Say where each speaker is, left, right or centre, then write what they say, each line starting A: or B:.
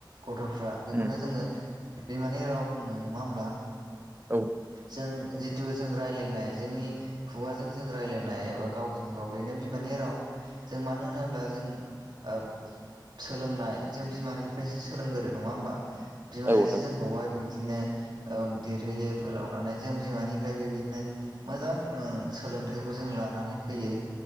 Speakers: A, on the right; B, on the right.
A: गथ'फ्रा बेखौनो
B: उम
A: जोङो बिमानि राव बुंङो नङा ओमब्ला
B: औ
A: जों जि थु जों रायलायनाय जोंनि खुगाजों जों रायज्लायनाय एबा गावजों गाव बेनो बिमानि राव जों मानो होनोब्ला जों ओब सोलोंनाय जों बिमानिफ्रायसो सोलोंगोरो नङा ओमबा बिमायासो
B: औ नों
A: जोंखौहाय बे दिनो ओं देरहोयो फोलावनानै जों बिमानिफ्राय बेबायदिनो मोजां ओं सोलोंथाइखौ जों लानानै फैयो।